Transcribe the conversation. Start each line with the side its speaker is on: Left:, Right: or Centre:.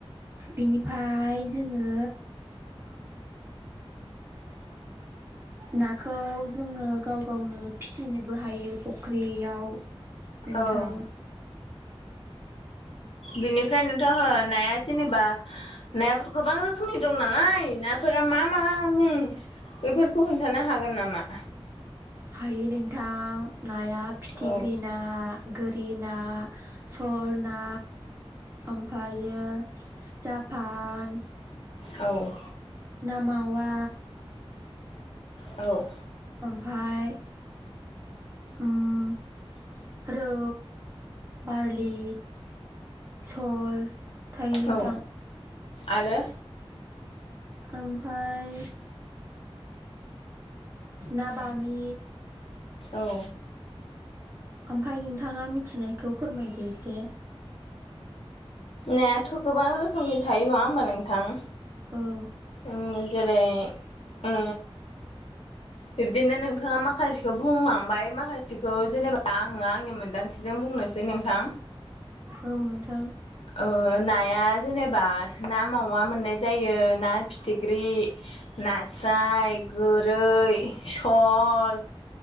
Right: बेनिफाय जोङो
Left: <inaudible>
Right: नाखौ जोङो गाव गावनो फिसिनोबो हायो फख्रियाव नोंथां
Left: औ बिनिफ्राय नोंथां ओ नाया जेनेबा नायाबोथ' गोबां रोखोमनि दं नालाय नाफोरा मा मा मुं? बेफोरखौ खोन्थानो हागोन नामा?
Right: हायो नोंथां नाया फिथिख्रि
Left: औ
Right: ना गोरि ना स लना ओमफ्रायो जापान
Left: औ
Right: ना मावा
Left: औ
Right: ओमफाय उम रौ बारलि सल थायो नोंथां
Left: औ आरो
Right: ओमफाय ना बामि
Left: औ
Right: ओमफाय नोंथाङा मिथिनायखौ फोरमायदो एसे
Left: नायाथ' गोबां रोखोमनि थायो नङा होमबा नोंथां
Right: औ
Left: उम जेरै ओ बिब्दिनो नोंथाङा माखासेखौ बुंलांबाय माखासेखौ जेनेबा आङो आंनि मोनदांथिजों बुंनोसै नोंथां
Right: औ नोंथां
Left: ओ नाया जेनेबा ना मावा मोननाय जायो ना फिथिख ख्रि नास्राय गोरै स'ल